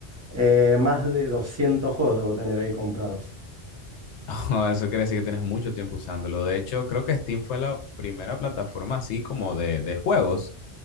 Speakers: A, on the right (about 15°); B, on the left (about 75°).
A: eh, más de 200 juegos debo tener ahí comprados.
B: <laughs> Eso quiere decir que tienes mucho tiempo usándolo. De hecho, creo que Steam fue la primera plataforma así como de, de juegos.